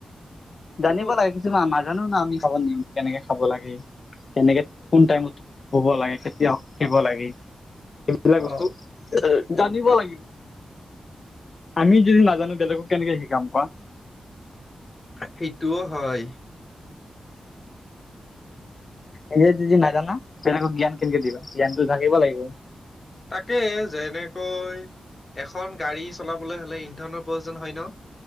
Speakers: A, on the left (about 50°); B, on the left (about 35°).
A: জানিব
B: অ
A: লাগে কিছুমান নাজানো ন আমি খাব নিয়মো কেনেকে খাব লাগে। তেনেকে কোন টাইমত শুব লাগে কেতিয়া উঠিব লাগে এইবিলাক
B: অ
A: বস্তু জানিব লাগিব। আমিও যদি নাজানো বেলেগক কেনেকে শিকাম কোৱা।
B: সেইটোও হয়।
A: এনে যদি নাজানা তেনোক জ্ঞান কেনেকে দিবা জ্ঞানতটো জাকিব লাগিব।
B: তাকে যেনেকৈ এখন গাড়ী চলাবলৈ হলে ইন্ধনৰ প্ৰয়োজন হয় ন